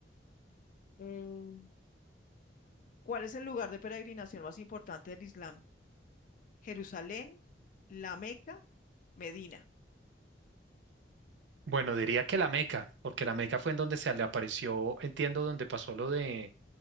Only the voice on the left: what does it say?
Mm. ¿Cuál es el lugar de peregrinación más importante del Islam? Jerusalén, La Meca, Medina.